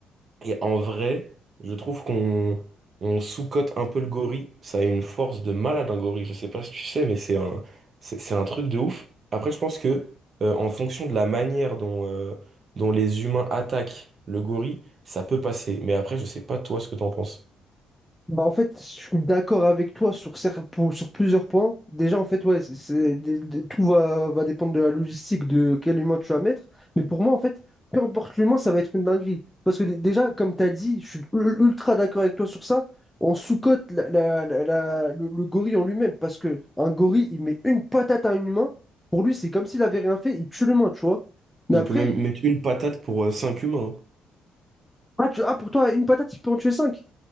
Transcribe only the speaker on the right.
Et en vrai, je trouve qu'on on sous-cote un peu le gorille. Ça a une force de malade, un gorille. Je sais pas si tu sais, mais c'est un, c'est c'est un truc de ouf. Après, je pense que euh, en fonction de la manière dont, euh, dont les humains attaquent le gorille, ça peut passer. Mais après, je sais pas toi ce que t'en penses.
Il
peut même mettre une patate pour 5 humains.